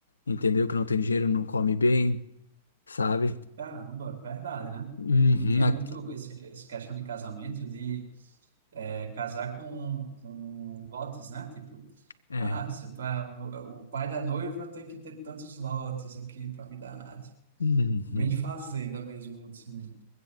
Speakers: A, on the left (about 85°); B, on the right (about 65°).
A: entendeu? Que não tem dinheiro, não come bem, sabe?
B: Caramba, verdade, né?
A: Uhum,
B: E tinha
A: a-
B: muito esse, esse questão de casamento, de é, casar com, com lotes, né? Tipo,
A: é.
B: ah, você vai- o pai da noiva tem que ter tantos lotes aqui para me dar. Tipo,
A: Uhum,
B: bem de fazenda mesmo, assim,